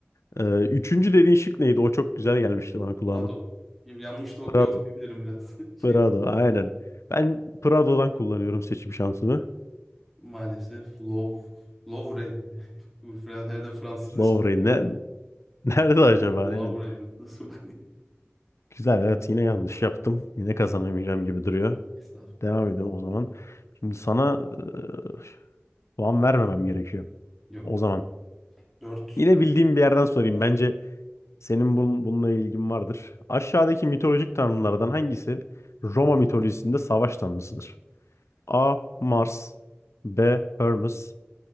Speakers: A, on the left; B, in the centre.
A: Ee, üçüncü dediğin şık neydi? O çok güzel gelmişti bana kulağıma.
B: Prado. Yanlış da okuyor
A: Prado.
B: olabilirim biraz <laughs> şeyden.
A: Prado aynen. Ben Prado'dan kullanıyorum seçim şansımı.
B: Maalesef Lov Lovre. <laughs> Bu Fra- Herhalde Fransız
A: Lowry
B: iş.
A: ne? <laughs> Nerede
B: Lovre
A: acaba?
B: mi?
A: Aynen.
B: Lovre mi? Nasıl okunuyor?
A: Güzel evet yine yanlış yaptım. Yine kazanamayacağım gibi duruyor.
B: Estağfurullah.
A: Devam edelim o zaman. Şimdi sana e, puan vermemem gerekiyor.
B: Yok.
A: O zaman.
B: Dört.
A: Yine bildiğim bir yerden sorayım.
B: Devam edelim.
A: Bence senin bun- bununla ilgin vardır. Aşağıdaki mitolojik tanrılardan hangisi Roma mitolojisinde savaş tanrısıdır? A. Mars B. Hermes